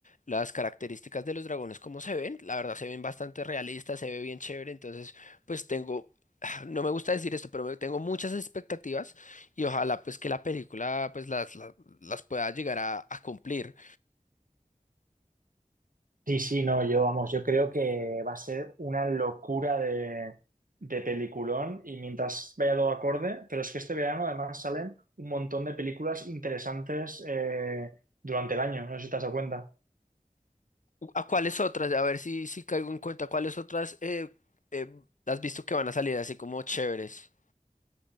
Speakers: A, on the left; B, on the right.
A: las características de los dragones, como se ven, la verdad se ven bastante realistas, se ve bien chévere. Entonces, pues tengo, <sighs> no me gusta decir esto, pero me- tengo muchas expectativas y ojalá pues que la película pues las, las, las pueda llegar a a cumplir.
B: Sí, sí, no, yo vamos, yo creo que va a ser una locura de, de peliculón y mientras vaya todo acorde, pero es que este verano además salen un montón de películas interesantes eh, durante el año, no sé si te has dado cuenta.
A: ¿A cuáles otras? A ver si, si caigo en cuenta. ¿Cuáles otras eh, eh, has visto que van a salir así como chéveres?